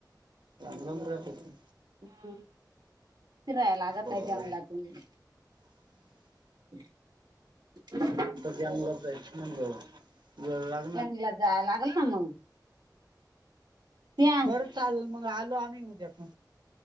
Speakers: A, on the right (about 80°); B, on the right (about 70°).
A: लांब राहतात.
B: हम्म फिराय लागत
A: बर
B: हाय जंगलातनी. <unintelligible>
A: त्यामुळं <unintelligible>
B: त्यानंला जाया लागल ना, मग. त्या
A: बरं चालल मग, आलो आम्ही उद्याक.